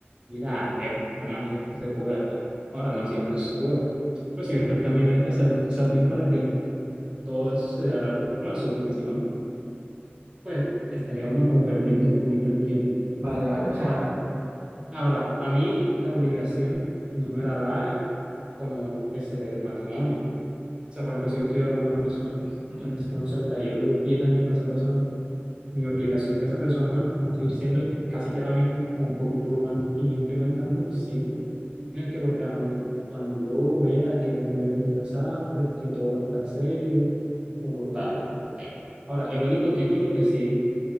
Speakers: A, on the right (about 25°); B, on the right (about 80°).
A: ir a lejos, lo más lejos que se pueda. Ahora, no siempre eso se puede, pero siempre está en mi mente hacer las cosas bien para que todo eso se dé a largo plazo, porque si no, pues estaría uno como perdiendo un poquito el tiempo.
B: vale, vale. O
A: Ahora,
B: sea,
A: ahora, a mí la obligación no me la da como ese matrimonio. O sea, por ejemplo, si yo estoy ahora con una persona,
B: ujú,
A: la empiezo a conocer ahorita y yo llevo 10 años con esa persona, mi obligación con esa persona va a seguir siendo casi que la misma, o un poquito van incrementando siempre. Tienes que, porque ah, no, cuando yo vea que vayamos a casar, es que todo va a estar serio, o tal. ahí. no. Ahora, el único título que sí